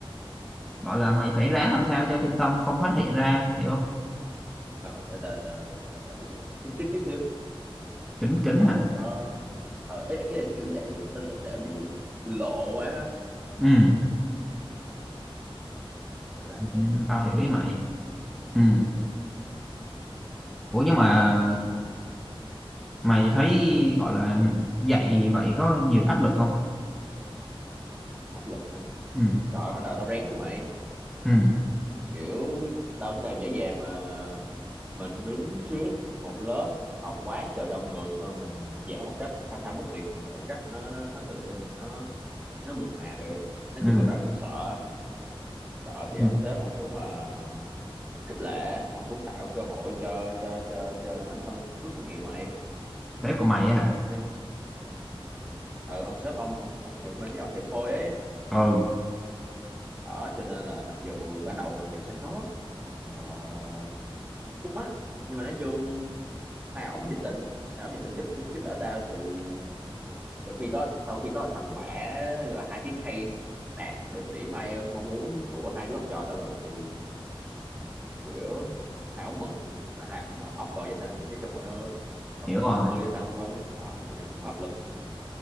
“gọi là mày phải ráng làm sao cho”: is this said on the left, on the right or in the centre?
Centre